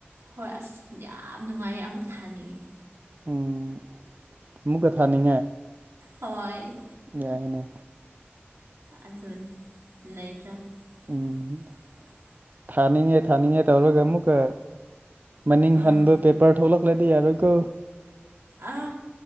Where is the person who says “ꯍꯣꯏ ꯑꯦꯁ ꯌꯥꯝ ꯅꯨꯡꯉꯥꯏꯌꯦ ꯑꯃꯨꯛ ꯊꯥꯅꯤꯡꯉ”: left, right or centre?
Right